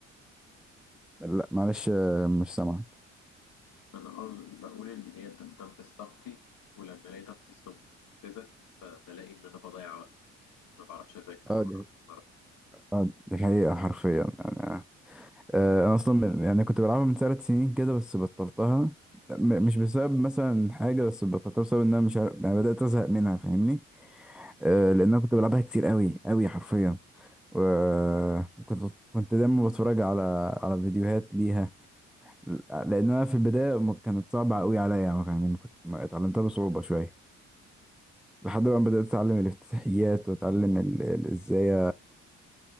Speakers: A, in the centre; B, on the left.
A: لا معلش آه، مش سامعك
B: انا أظن- بقول ان هي بتستنفذ طاقتي ولما الاقي طاقتي استنفذت بلاقي ان انا بضيع وقتي ما بعرفش اذاكر
A: اه
B: ما بعرفش
A: دي
B: مرة
A: اه دي حقيقه حرفيا يعني آه، انا اصلا من يعني كنت بلعبها من ثلاث سنين كده بس بطلتها م- مش بسبب مثلا حاجه بس بطلتها بسبب ان انا مش عارف يعني بدات ازهق منها فاهمني أه لان انا كنت بلعبها كتير قوي قوي حرفيا و- وكنت كنت دايما بتفرج على على فيديوهات ليها لان انا في البدايه ما كانت صعبه قوي عليا يعني ما كنت ما اتعلمتها بصعوبه شويه لحد ما بدات اتعلم الافتتاحيات واتعلم ال- ال- ازاي